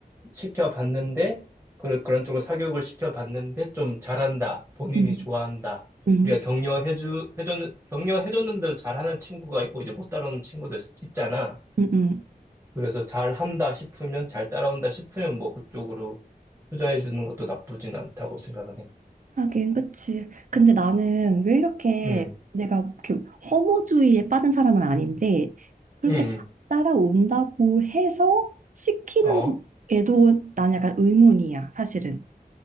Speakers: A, on the right; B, on the right.
A: 시켜봤는데, 그, 그런 쪽으로 사교육을 시켜봤는데, 좀 잘한다. 본인이
B: 음.
A: 좋아한다.
B: 응,
A: 우리가 격려해주, 해줬는, 격려해줬는데도 잘하는 친구가 있고, 이제 못 따라오는 친구도 있- 있잖아.
B: 응, 응.
A: 그래서 잘한다 싶으면, 잘 따라온다 싶으면, 뭐, 그쪽으로 투자해주는 것도 나쁘진 않다고 생각은 해.
B: 하긴, 그치. 근데 나는 왜 이렇게
A: 음,
B: 내가 이렇게 허무주의에 빠진 사람은 아닌데, 그렇게
A: 음,
B: 따라온다고 해서 시키는
A: 음. 어?
B: 애도 난 약간 의문이야, 사실은.